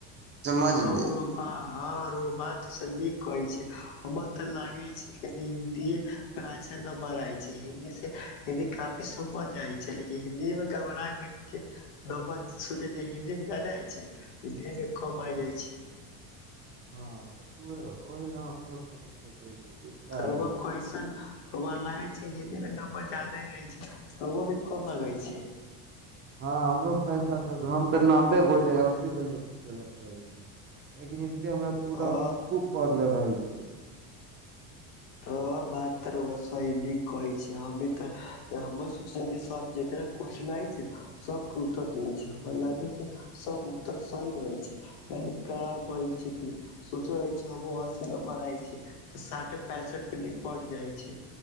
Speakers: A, on the right; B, on the left.
A: समझली
B: ह बरबा हंर ओ बात सब नीक कहै छै हमर तऽ लागे छै क हिन्दीे मे अच्छा नमबरय छै हिन्दी से हिन्दी काफी समझ आय छै लेकिन हिन्दी मे घबरा छै न सोचे छै हिन्दी मे जादाइ छै हिन्दी मे कबइ
A: हँ
B: जाइ छै
A: हँ तऽ ओहि ले हमहुनी सोचै छी कि का
B: तऽ रउआ
A: भेल
B: कइसन लागे छै हिन्दी मे नम्बर जदा ह रहै छै रगो भी कम गै छै
A: हँ हमरो पैसठ त हम तऽ नब्बे गो चाह अस्सी गो लेके चलत रहै छै एक हिन्दीहमरा पूरा
B: अ
A: खूब प नल र छै
B: त बात तर सही नीक कहै छ हमी तऽ हमर सोचल छी सब जितना कठनाइ छै ने सब उतर दै छरा लागै जे सब उतर सही रहै छै म क ब छै कि सोचो रहै छै हमसिन बनाइ छै तऽ साट पैंसठ प निपट जाइ छै